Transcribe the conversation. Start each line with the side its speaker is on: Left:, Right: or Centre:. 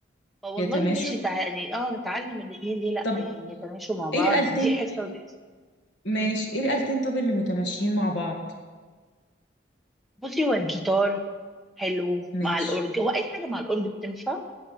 Centre: فوالله
Left: يتماشى
Centre: ماشي تع... يعني اه نتعلم الاتنين ليه لأ
Left: طب
Centre: يعني يتماشوا مع بعض
Left: إيه الآلتين
Centre: دي حصة ودي حصة
Left: ماشي
Centre: مم.
Left: ايه الآلتين طب اللي متماشيين مع بعض
Centre: بصي هو الجيتار حلو
Left: ماشي
Centre: مع الأورج هو أي حاجة مع الأورج بتنفع